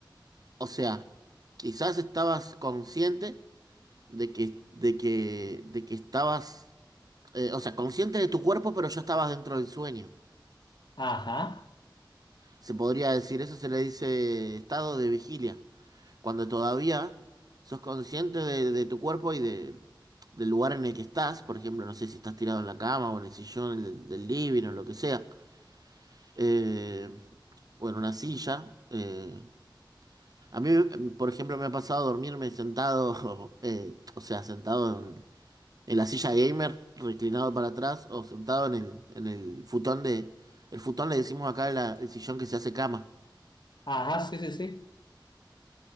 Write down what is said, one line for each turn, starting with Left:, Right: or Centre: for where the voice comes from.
Right: O sea, quizás estabas consciente. de que, de que, de que estabas, eh, o sea, consciente de tu cuerpo, pero ya estabas dentro del sueño.
Left: Ajá,
Right: Se podría decir, eso se le dice estado de vigilia, cuando todavía sos consciente de, de tu cuerpo y de, del lugar en el que estás, por ejemplo, no sé si estás tirado en la cama o en el sillón del, del living o lo que sea, eh, o en una silla. eh. A mí, por ejemplo, me ha pasado dormirme sentado, <laughs> eh, o sea, sentado en, en la silla gamer, reclinado para atrás o sentado en el, en el futón de... El futón le decimos acá la- el sillón que se hace cama.
Left: ajá, sí, sí, sí.